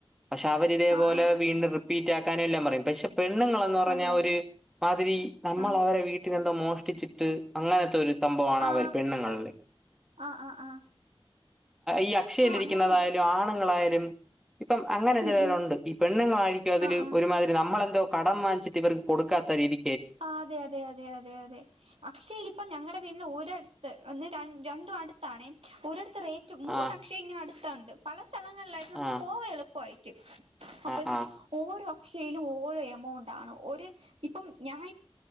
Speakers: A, in the centre; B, on the right.
A: പക്ഷെ അവരിതേപോലെ
B: ആ ആ
A: വീണ്ടും റിപ്പീറ്റ് എല്ലാം പറയും പക്ഷെ പെണ്ണുങ്ങൾ എന്ന് പറഞ്ഞാൽ
B: അതെ അതെ
A: ഒരു മാതിരി നമ്മൾ
B: ആ
A: അവരെ വീട്ടിൽന്ന് മോഷ്ടിച്ചിട്ട് അങ്ങനൊത്തെ ഒരു സംഭവാണ്
B: ആ
A: അവര് പെണ്ണുങ്ങളെ
B: ആ ആ ആ
A: ഈ അക്ഷയിലിരിക്കുന്നതായാലും
B: ഓ അങ്ങനെ
A: ആണുങ്ങളായാലും ഇപ്പം അങ്ങനെ
B: ഉം
A: ചിലരുണ്ട്
B: ഉം
A: ഈ പെണ്ണുങ്ങളായിരിക്കും അതില്
B: ആ ആ
A: ഒരുമാതിരി നമ്മളെന്തോ കടം വാങ്ങിച്ചിട്ട് ഇവർക്ക് കൊടുക്കാത്ത രീതി
B: ആ അതെ അതെ അതെ അതെ അതെ അക്ഷയേല് ഇപ്പം ഞങ്ങളടെ വീടിന്റെ ഒന്ന് രണ്ടും അടുത്താണേ ഒരിടത്ത് റേറ്റ് മൂന്ന്
A: ആഹ്
B: അക്ഷയ ഇങ്ങനെ അടുത്തുണ്ട് പല സ്ഥലങ്ങളിലായിട്ട് നമുക്ക്
A: ആഹ്
B: പോവാ എളുപ്പായിട്ട് അപ്പോഴത്തേക്ക്
A: ആഹ് ആഹ്
B: ഓരോ അക്ഷയിലും ഓരോ എമൗണ്ട് ആണ് ഒരു ഇപ്പം ഞാൻ ഇപ്പ